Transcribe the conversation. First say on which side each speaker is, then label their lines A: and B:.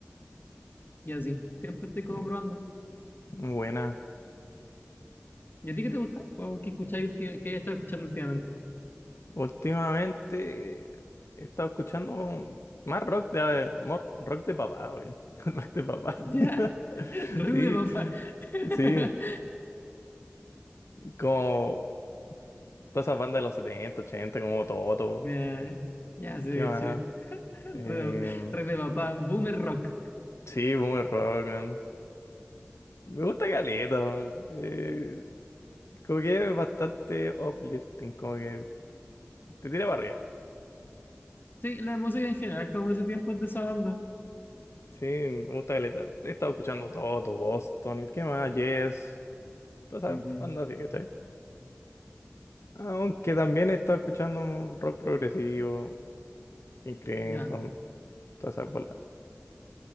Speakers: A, on the left (about 50°); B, on the left (about 85°).
A: Y así. Siempre estoy como
B: mm.
A: probando.
B: Buena.
A: ¿Y a ti qué te gusta? ¿O qué escucháis últim- qué hayas estado escuchando últimamente?
B: Últimamente eh, he estado escuchando más rock de, mor- rock de papá, oye. <laughs> Rock de papá.
A: Ya,
B: <laughs>
A: <laughs> ruido
B: Sí,
A: de papá. <laughs>
B: sí, como todas esas bandas de los 70, 80, como Toto.
A: Ya, ya, sí, de
B: ¿Qué más?
A: hecho.
B: Eh,
A: Ruido- ruido de papá. Boomer rock.
B: sí, boomer rock. man. Me gusta caleta. man. Eh, como que es bastante uplifting, como que te tira para arriba.
A: Sí, la música en general, como ese tiempo es de esa onda.
B: Sí, me gusta caleta. He estado escuchando Toto, Boston, ¿qué más? Yes. Toda
A: Ujú.
B: esa banda así, ¿cachai? Aunque también he estado escuchando un rock progresivo, King Crimson,
A: Ya.
B: todas esas bolas.